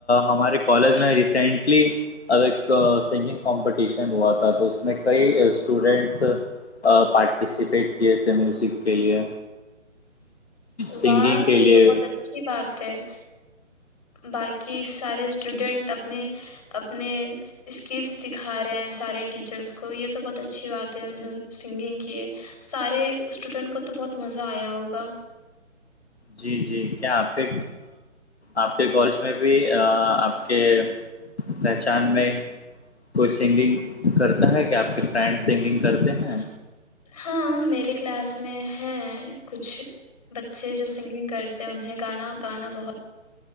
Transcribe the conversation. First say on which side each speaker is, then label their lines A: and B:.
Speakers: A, on the left; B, on the left.
A: ہمارے کالج میں ریسینٹلی اب ایک سنگنگ کمپٹیشن ہوا تھا تو اس میں کئی اسٹوڈینٹس پارٹیسپیٹ کیے تھے میوزک کے لیے سنگنگ
B: واہ
A: کے
B: یہ
A: لیے
B: تو بہت اچھی بات ہے باقی سارے اسٹوڈینٹ اپنے اپنے اسکلس دکھا رہے ہیں سارے ٹیچرس کو یہ تو بہت اچھی بات ہے انہوں سنگنگ کی سارے اسٹوڈینٹ کو تو بہت مزہ آیا ہوگا
A: جی جی کیا آپہ آپ کے کالج میں بھی آپ کے پہچان میں کوئی سنگنگ کرتا ہے کہ آپ کی فرینڈ سنگنگ کرتے ہیں
B: ہاں میرے کلاس میں ہیں کچھ بچے جو سنگنگ کرتے ہیں انہیں گانا گانا بہت